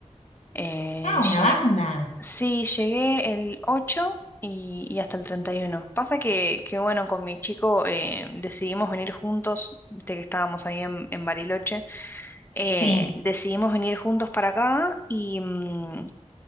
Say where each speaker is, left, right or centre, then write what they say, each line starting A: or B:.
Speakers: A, on the left (about 15°); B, on the left (about 65°).
A: Eh,
B: Ah,
A: lle-
B: una banda.
A: Sí, llegué el 8 y, y hasta el 31. Pasa que, que bueno, con mi chico eh, decidimos venir juntos, viste que estábamos ahí en, en Bariloche, eh,
B: Sí,
A: decidimos venir juntos para acá y, mm,